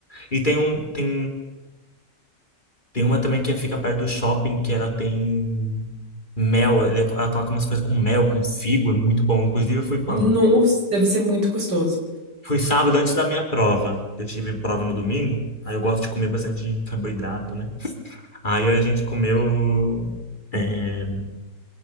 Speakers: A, on the left; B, on the right.
A: E tem um, tem Tem uma também que fica perto do shopping, que ela tem mel, ele- ela coloca umas coisas com mel, com figo, é muito bom. Inclusive, eu fui quando?
B: Nossa, deve ser muito gostoso.
A: Fui sábado antes da minha prova. Eu tive prova no domingo, aí eu gosto de comer bastante carboidrato, né? Aí a gente comeu é,